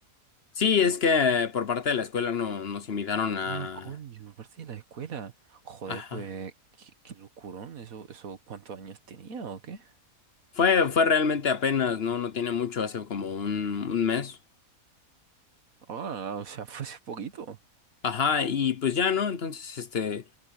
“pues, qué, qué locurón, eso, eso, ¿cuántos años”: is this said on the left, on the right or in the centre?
Right